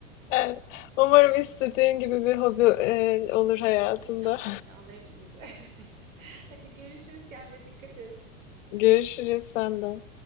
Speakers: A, on the left (about 70°); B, on the right (about 80°).
A: Evet. Umarım istediğin gibi bir hobi e, olur hayatında.
B: İnşallah inşallah hepimize. <laughs> Hadi görüşürüz. Kendine dikkat et.
A: <laughs> Görüşürüz senden.